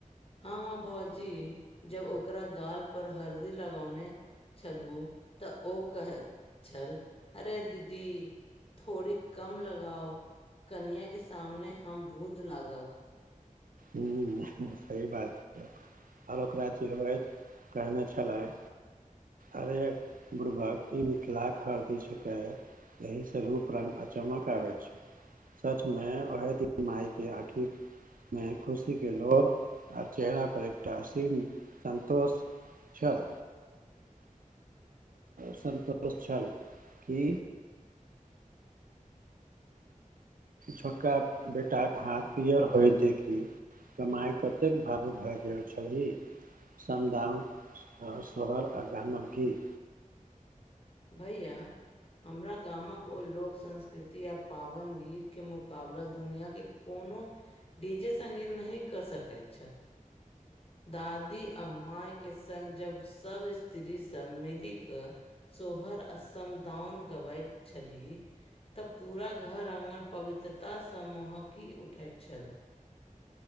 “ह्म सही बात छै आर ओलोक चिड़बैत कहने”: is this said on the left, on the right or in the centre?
Right